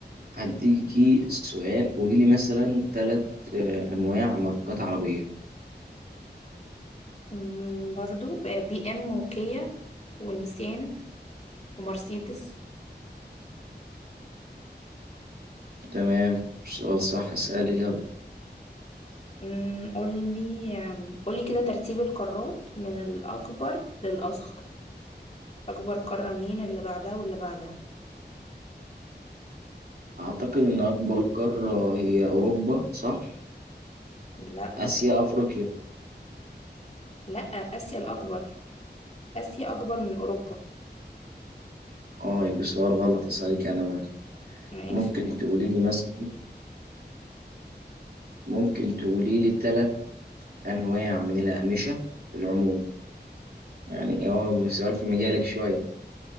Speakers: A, on the right; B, on the left.
A: هديكي سؤال قولي لي مثلا ثلاث آه انواع ماركات عربية
B: مم، برضو آه، بي ام وكيا ونيسان ومرسيدس
A: تمام سؤال صح اسألي يلا
B: مم، قولي آم، قولي كده ترتيب القارات من الأكبر للأصغر أكبر قارة مين اللي بعدها واللي بعدها
A: اعتقد ان اكبر قارة هي اوروبا صح
B: لا
A: اسيا افريقيا
B: لا آسيا الأكبر آسيا أكبر من أوروبا
A: اه يبقى سؤال غلط اسألك انا بقى
B: ماشي
A: ممكن تقولي لي مثلا ممكن تقولي لي ثلاث انواع من الاقمشة في العموم يعني هو سؤال في مجالك شوية